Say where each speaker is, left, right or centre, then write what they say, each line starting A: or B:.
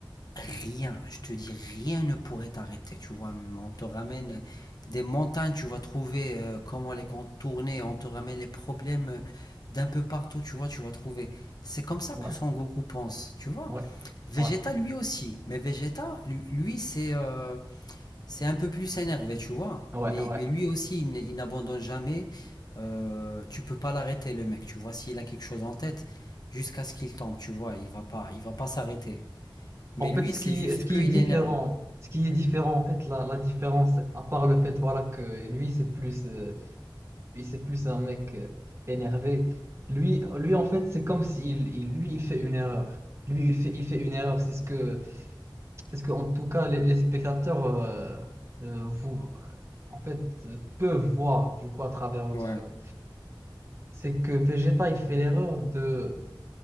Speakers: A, on the left (about 55°); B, on the right (about 35°).
A: rien, je te dis, rien ne pourrait t'arrêter, tu vois. On te ramène des montagnes, tu vas trouver euh, comment les contourner, on te ramène les problèmes euh, d'un peu partout, tu vois, tu vas trouver. C'est comme ça
B: Ouais,
A: que Son Goku pense, tu vois.
B: ouais,
A: Vegeta
B: ouais,
A: lui aussi, mais Vegeta, lui, lui, c'est euh, c'est un peu plus énervé, tu vois.
B: ouais,
A: Mais,
B: ouais.
A: mais lui aussi, il, n- il n'abandonne jamais. Euh, tu peux pas l'arrêter, le mec, tu vois. S'il a quelque chose en tête, jusqu'à ce qu'il tombe, tu vois, il va pas, il va pas s'arrêter. Mais
B: En
A: lui,
B: fait, ce
A: c'est
B: qui,
A: juste
B: ce qui
A: qu'il
B: est différent,
A: est énervé.
B: ce qui est différent, en fait, la, la différence, à part le fait, voilà, que lui, c'est plus, euh, lui, c'est plus un mec euh, énervé. Lui, lui, en fait, c'est comme s'il, il, lui, il fait une erreur. Lui, il fait, il fait une erreur. C'est ce que, C'est ce que, en tout cas, les, les spectateurs euh, euh, vous, euh, en fait, euh, peuvent voir du coup à travers notre.
A: Ouais.
B: C'est que Vegeta, il fait l'erreur de,